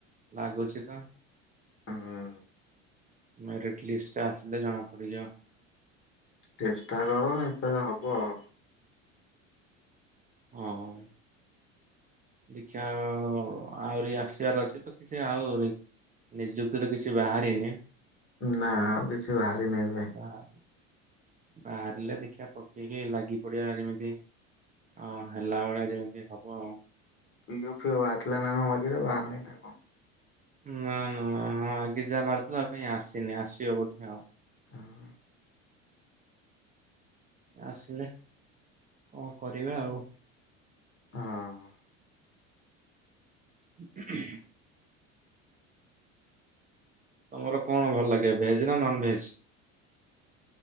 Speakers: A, on the right (about 20°); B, on the left (about 35°).
A: ଲାଗୁଛି ତ।
B: ହୁଁ
A: ମେରଟ ଲିଷ୍ଟ ଆସିଲେ ଜଣା ପଡ଼ିଯିବ।
B: ଚେଷ୍ଟା କରନି ତ ହବ ଆଉ
A: ଆଁ ହୋ। ଦେଖିବା ଆଉ ଆହୁରି ଆସିବାର ଅଛି ତ କି ନିଯୁକ୍ତି ତ କିଛି ବାହାରିନି।
B: ନା ଆଉ କିଛି ବାହାରିନି ଏବେ।
A: ବାହା ବାହାରିଲେ ଦେଖିବା ପକେଇକି ଲାଗି ପଡିବା କେମିତି ଅଁ ହେଲା ଭଳିଆ ଯେମିତି ହବ ଆଉ।
B: ପିଓ ଫିଓ ବହାରିଲାନା କ ମଝିରେ ନା ବାହାରିନିନା କ?
A: ନା ନା ହଁ ଆଗେ ଯାହା ବାହାରିଥିଲା ଆଉ କ ଆସିନି ଆସିବ ବୋଧେ ଆଉ।
B: <unintelligible>
A: ଆସିଲେ କଣ କରିବା ଆଉ?
B: ହଁ।
A: <unintelligible> ତମର କଣ ଭଲ ଲାଗେ ଭେଜ ନା ନନ ଭେଜ?